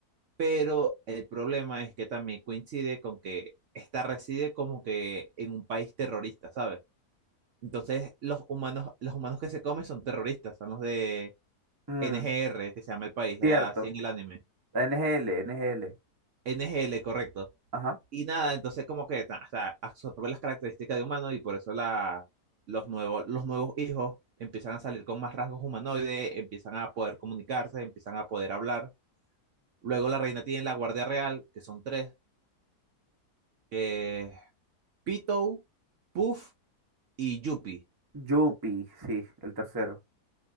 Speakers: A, on the right; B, on the right.
A: pero el problema es que también coincide con que esta reside como que en un país terrorista, ¿sabes? Entonces los humanos, los humanos que se comen son terroristas, son los de
B: Mm,
A: NGR, que se llama el país,
B: cierto.
A: eh, así en el anime.
B: NGL, NGL.
A: NGL, correcto.
B: Ajá.
A: Y nada, entonces como que ta- o sea, absorbe las características de humano y por eso la, los nuevos, los nuevos hijos empiezan a salir con más rasgos humanoides, empiezan a poder comunicarse, empiezan a poder hablar. Luego la reina tiene la guardia real, que son tres, que es Pitou, Puff y Yuppie.
B: Yupi, sí, el tercero.